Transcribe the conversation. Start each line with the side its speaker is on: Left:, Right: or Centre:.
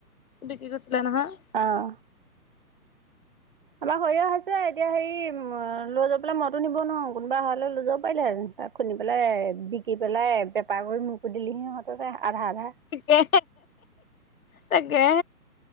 Left: বিকি গৈছিলে নহয়
Right: অঁ আমাৰ সৰয়হ আ হৈছে এতিয়া হেৰি উ লৈ যাব পেলাই মনতো নিব নোৱাৰো কোনোবা অহালৈ লৈ যাব পাৰিলে তাক খুন্দি পেলাই বিকি পেলাই পেপাৰ কৰি মকো দিলি সিহঁততে আধা আধা
Left: গে ত গেে